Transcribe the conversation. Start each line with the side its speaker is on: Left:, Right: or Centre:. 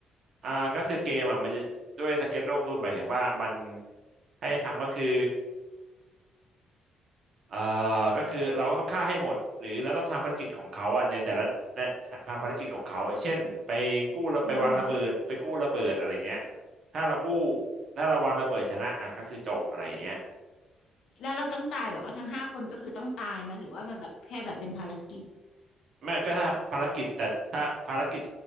Right: อ่าก็คือเกมอ่ะมันจะด้วยสเก็ตโลกคือหมายถึงว่ามันให้ทำก็คือ เอ่อก็คือเราต้องฆ่าให้หมดหรือเราต้องทำภารกิจของเขาอะในแต่ละและทำภารกิจของเขาเช่นไปกู้ระไปวางระเบิดไปกู้ระเบิดอะไรเงี้ย
Left: อ๋อฮะ
Right: ถ้าเรากู้ถ้าเราวางระเบิดชนะอ่ะก็คือจบอะไรเงี้ย
Left: แล้วเราต้องตายแบบว่าทั้งห้าคนก็คือต้องตายไหมหรือว่ามันแบบแค่แบบเป็นภารกิจ
Right: ไม่ก็ถ้าภารกิจแต่ถ้าภารกิจ